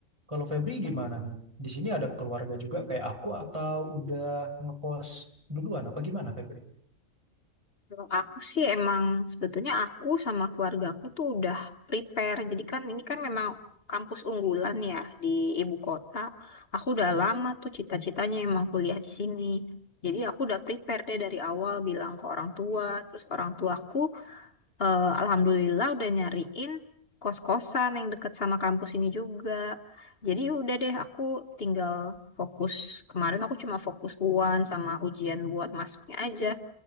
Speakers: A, on the right (about 20°); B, on the left (about 50°).
A: kalau Febri gimana nih? Di sini ada keluarga juga kayak aku atau udah ngekos duluan apa gimana Febri?
B: Kalau aku sih emang sebetulnya aku sama keluarga aku tuh udah prepare. Jadi kan ini kan memang kampus unggulan ya di ibu kota. Aku udah lama tuh cita-citanya emang kuliah di sini. Jadi aku udah prepare deh dari awal bilang ke orang tua. Terus orang tuaku eh, alhamdulillah udah nyariin kos-kosan yang deket sama kampus ini juga. Jadi udah deh aku tinggal fokus. Kemarin aku cuma fokus UAN sama ujian buat masuknya aja.